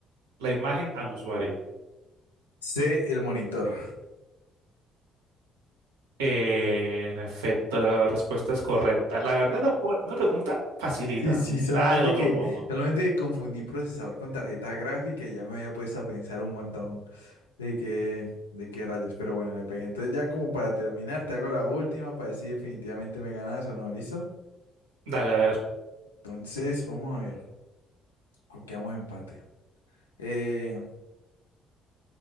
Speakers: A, on the right; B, on the left.
A: la imagen al usuario.
B: Sé el monitor.
A: En efecto, la respuesta es correcta. La verdad, la pu- una pregunta facilita,
B: Sí, sí,
A: nada
B: solamente
A: del otro
B: que,
A: mundo.
B: solamente que confundí procesador con tarjeta gráfica y ya me había puesto a pensar un montón. De qué, de qué rayos, pero bueno, le pegué. Entonces ya como para terminar, te hago la última para decir definitivamente me ganas o no, ¿listo?
A: Dale, a ver.
B: Entonces, vamos a ver. O quedamos empate. Eh,